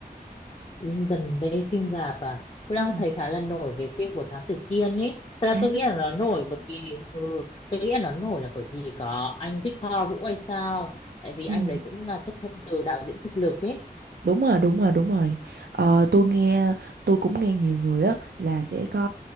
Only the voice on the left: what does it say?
dần đây phim rạp à tôi
đang thấy khá là nổi về phim của Thám Tử Kiên ấy thật ra
tôi nghĩ là nó nổi bởi vì ừ, tôi nghĩ là nó nổi là bởi vì có anh Victor Vũ hay sao tại vì
anh đấy cũng là xuất thân từ đạo diễn thực lực ấy.